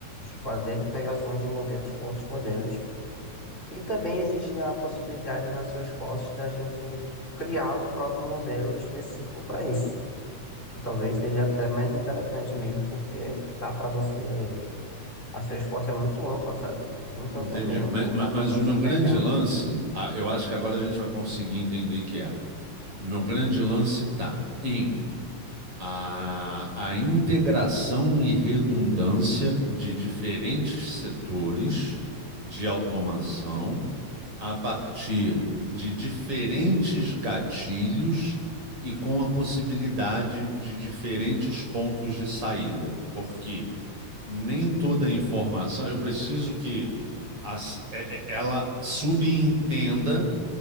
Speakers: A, on the left; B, on the right.
A: fazer integrações de modelos com outros modelos e também existe né, a possibilidade nas suas fotos da gente criar o próprio modelo específico para isso, que talvez seja até mais interessante mesmo, porque dá para você. a suas fotos é muito ampla, sabe? Muito
B: Entendi.
A: ampla mesmo,
B: Mas,
A: então
B: mas-
A: dá para
B: mas
A: você
B: o meu
A: pegar.
B: grande lance, ah, eu acho que agora a gente vai conseguir entender que é. O meu grande lance tá em A, a integração e redundância de diferentes setores de automação a partir de diferentes gatilhos e com a possibilidade de diferentes pontos de saída, porque nem toda a informação, eu preciso que as- é- é- ela subentenda